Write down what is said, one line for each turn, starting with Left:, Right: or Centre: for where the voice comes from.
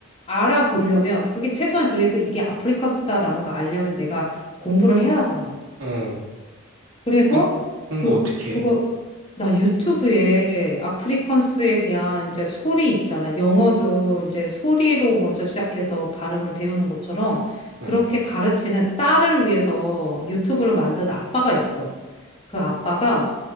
Left: 알아보려면 그게 최소한 그게 또 이게 아프리컨스다라는 걸 알려면 내가 공부를 해야 하잖아.
Right: 어,
Left: 그래서
Right: 그럼 공부
Left: 그,
Right: 어떻게
Left: 그거,
Right: 해?
Left: 나 유튜브에 아프리컨스에 대한 이제 소리 있잖아. 영어도 이제 소리로 먼저 시작해서 발음을 배우는 것처럼
Right: 어.
Left: 그렇게 가르치는 딸을 위해서 유튜브를 만든 아빠가 있어. 그 아빠가